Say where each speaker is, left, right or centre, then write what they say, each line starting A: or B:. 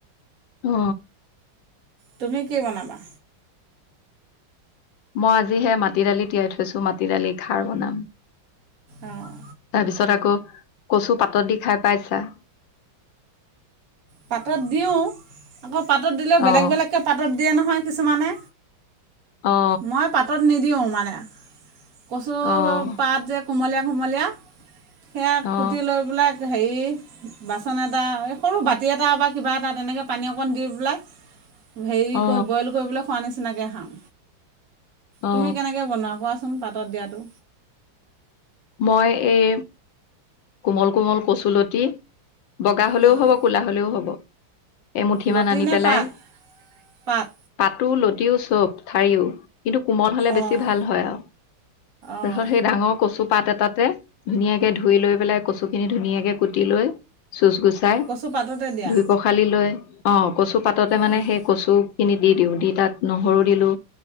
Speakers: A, on the left; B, on the right.
A: অ
B: তুমি কি বনাবা?
A: মই আজিহে মাটি দালি তিয়াই থৈছো মাটি দালি খাৰ বনাম
B: অঁ
A: তাৰপিছত আকৌ কচুপাতত দি খাই পাইছা
B: পাতত দিওঁ আকৌ পাতত দিলেও বেলেগ
A: অ
B: বেলেক পাতত দিয়ে নহয় কিছুমানে
A: অ
B: মই পাতত নিদিওঁ মানে কচুৰ
A: অ
B: পাত যে কোমলীয়া কোমলীয়া সেয়া কুটি
A: অ
B: লৈ পেলাই হেৰি বাচন এটা কেইটা বাক কিবা এটা তেনেকে পানী অকণ দি পেলাই হেৰি
A: অ
B: কৰি বইল কৰিবলৈ খোৱা নিছি নিচিনাকে খাম
A: অ
B: তুমি কেনেকে বনোৱা কোৱাচোন পাত? পাতত দিয়াটো।
A: মই এই কোমল কোমল কচুলতি বগা হলেও
B: অঁ
A: হ'ব কুলা হলেও হ'ব। এই মুুঠি
B: লতিনে
A: মান আনি পেলাই,
B: পাত পাত
A: পাতো ল টিও চব ঠাৰিও। কিন্তু কোমল হলে বেছি
B: অঁ
A: ভাল হয় আও।
B: অঁ
A: তাৰছত সেই ডাঙৰ কচু পাত এটাতে ধুনীয়াক ধুই লৈ পেলাই কচুখিনি ধুনীয়াকে কুটি লৈ চুঁচ গুচাই,
B: কচু পাততে দিয়া
A: ধুই পখালি লৈ অ কচু পাততে মানে
B: অঁ
A: সেই কচু খিনি দি দিওঁ দি তাত নহৰু দিলো